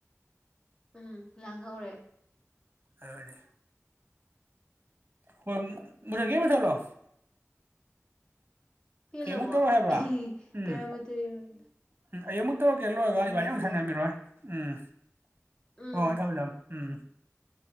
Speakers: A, on the left; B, on the right.
A: ꯎꯝ ꯂꯥꯡꯍꯧꯔꯦ
B: ꯑꯗꯨꯅꯤ ꯍꯣꯏ ꯃꯨꯊꯠ ꯀꯦ ꯃꯨꯊꯠꯂꯣ
A: ꯍꯦꯜꯂꯕꯣ
B: ꯑꯩ ꯑꯃꯨꯛ ꯇꯧꯔꯛ ꯍꯥꯏꯕ꯭ꯔꯥ ꯎꯝ
A: ꯇꯔꯥꯃꯥꯊꯣꯏ ꯌꯧꯔꯦ
B: ꯎꯝ ꯑꯩ ꯑꯃꯨꯛ ꯇꯧꯔꯛꯀꯦ ꯂꯣꯏꯔꯒ
A: ꯊꯧꯔꯁꯨ
B: ꯏꯕꯥꯥꯏꯅ ꯌꯥꯝ ꯁꯥꯟꯅꯃꯤꯔꯣꯏ
A: ꯌꯥꯏ
B: ꯎꯝ
A: ꯎꯝ
B: ꯑꯣ ꯊꯝꯃꯤꯊꯝ ꯎꯝ